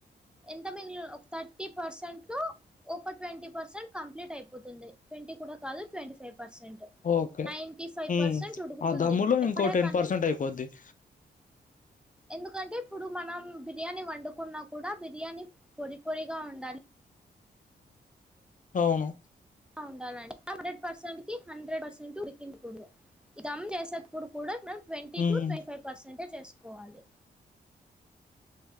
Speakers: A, in the centre; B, on the left.
A: ఎంత మిగిన ఒక థర్టీ పర్సెంట్ టూ ఒక ట్వంటీ పర్సెంట్ కంప్లీట్ అయిపోతుంది ట్వంటీ కూడా కాదు twenty five percent
B: okay
A: ninety five
B: మ్
A: పర్సెంట్ ఉడుకుతుంది
B: ఆ దమ్ములో
A: ఎప్పుడే
B: ఇంకో టెన్
A: కానీ
B: పర్సెంట్ అయిపోద్ది. ఆ
A: ఎందుకంటే ఇప్పుడు మనం బిర్యానీ వండుకున్నా కూడా బిర్యానీ పొడి పొడిగా ఉండాలి.
B: అవును
A: ఉండాలం హండ్రెడ్ పర్సెంట్కి హండ్రెడ్ పర్సెంట్ ఉడికించకూడదు. ఈ ధమ్ చేసే అప్పుడు కూడా నా twenty
B: um
A: to twenty five పర్సెంటే చేస్కోవాలి.